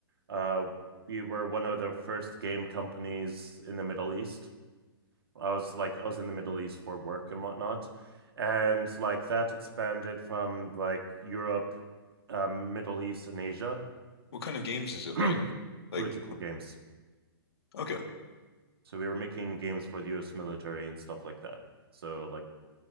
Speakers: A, on the right; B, on the left.
A: uh, we were one of the first game companies in the Middle East. I was like, I was in the Middle East for work and whatnot. And like that expanded from like Europe, um, Middle East, and Asia,
B: What kind of games is it
A: <clears throat>
B: like? Like,
A: political games.
B: okay,
A: So we were making games for the US military and stuff like that. So like